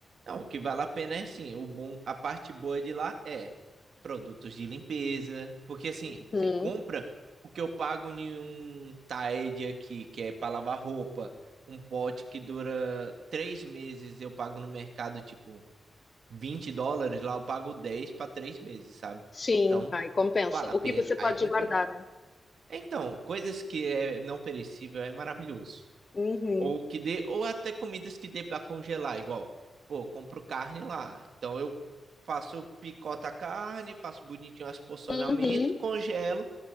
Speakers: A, on the right (about 75°); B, on the left (about 40°).
A: Não, o que vale a pena é sim, o bom, a parte boa de lá é produtos de limpeza, porque assim,
B: Uhum.
A: você compra o que eu pago em um Tide aqui, que é para lavar roupa, um pote que dura três meses, eu pago no mercado tipo 20 dólares, lá eu pago 10 para três meses, sabe?
B: Sim,
A: Então,
B: aí compensa.
A: vale a pena,
B: O que você pode
A: aí compensa.
B: guardar, né?
A: Então, coisas que é não perecível é maravilhoso.
B: Uhum.
A: Ou que dê, ou até comidas que dê para congelar, igual, pô, compro carne lá. Então eu faço, picoto a carne, faço bonitinho as porcionamento,
B: Uhum.
A: congelo,